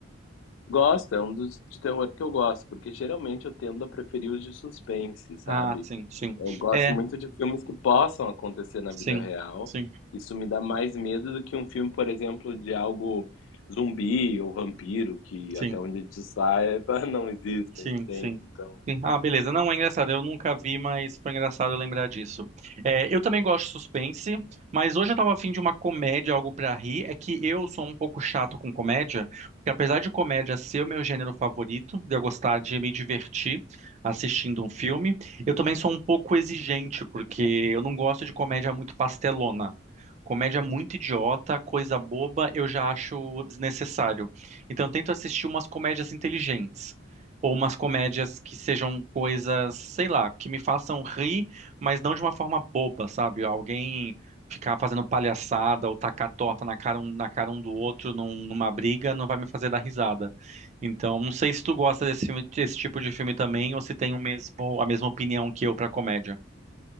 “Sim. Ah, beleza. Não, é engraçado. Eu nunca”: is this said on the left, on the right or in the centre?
Right